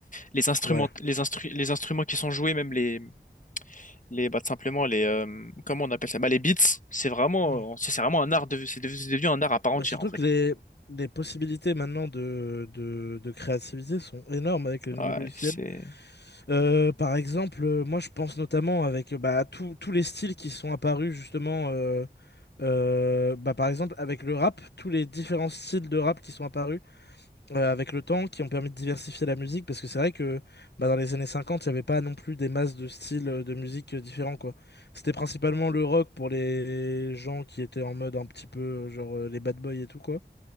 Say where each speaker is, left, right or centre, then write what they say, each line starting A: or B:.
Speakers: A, on the left; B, on the left.
A: les instruments
B: Ouais.
A: les instru- les instruments qui sont joués, même les les bah, tout simplement les euh, comment on appelle ça? Bah, les beats, c'est vraiment
B: Hmm.
A: euh, c'est c'est vraiment un art de c'est devenu c'est devenu un art à part entière
B: Bah, surtout
A: en fait.
B: que les... Les possibilités maintenant de, de, de créativité sont énormes avec les nouveaux
A: Ouais,
B: logiciels.
A: c'est
B: Euh, par exemple, euh, moi je pense notamment avec euh, bah, tous tous les styles qui sont apparus justement, euh, euh, bah, par exemple avec le rap, tous les différents styles de rap qui sont apparus euh, avec le temps, qui ont permis de diversifier la musique, parce que c'est vrai que bah, dans les années 50, il n'y avait pas non plus des masses de styles euh, de musique euh, différents, quoi. C'était principalement le rock pour les gens qui étaient en mode un petit peu euh, genre euh, les bad boys et tout, quoi.